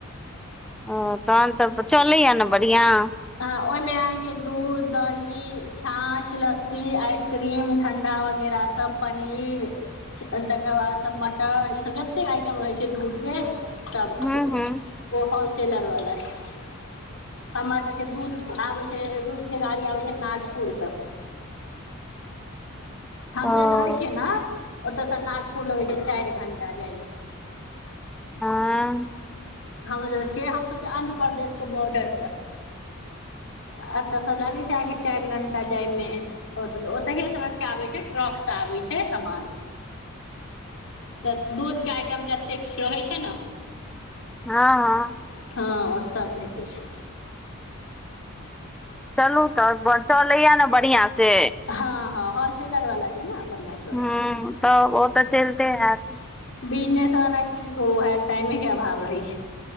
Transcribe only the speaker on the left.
हँ ओहिमे अहाँके दूध दही छाँछ लस्सी आइसक्रीम ठण्डा वगैराह तऽ पनीर तकर बाद सभ मटर ईसभ जतेक आइटम रहै छै दूधके सब
छै ओ
होलसेलर वाला छै हमरा दूध आबे छै दूध के गाड़ी आबे छै नागपुर स हम सब
जेतऽ रहै छियै ना ओतयसँ नागपुर लगे छै चार घंटा जायमे
हमसब जेत छियै हमसब छियै आंध्रपदेश के बॉर्डर पर एतसे लागै छै अहाँके चारि घंटा जाइमे होत तऽ ओतहै से आबै छै ट्रक से आबै छै समान तऽ दूधके आइटम जतेक रहै छै न
हाँ ओ सभ भेटै छै
हाँ हाँ होलसेलर वाला छै ना बढ़ियाॅं
बिजनेस वाला के की कहो उहे टाइमे के अभाव रहै छै